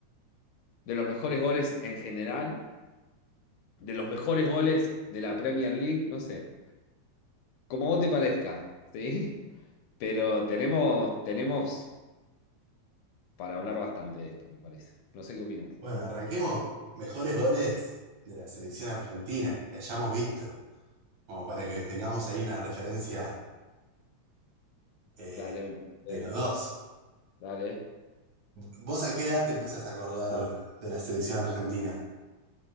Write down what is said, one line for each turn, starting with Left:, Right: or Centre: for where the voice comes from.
Left: de los mejores goles en general, de los mejores goles de la Premier League, no sé. Como vos te parezca, ¿sí? Pero tenemos, tenemos para hablar bastante de esto, me parece. No sé qué opinas.
Right: Bueno, arranquemos mejores goles de la selección argentina que hayamos visto, como para que tengamos ahí una referencia eh,
Left: Dale, me parece
Right: de
Left: bien.
Right: los dos.
Left: Dale.
Right: ¿Vos a qué edad te empezás a acordar de la selección argentina?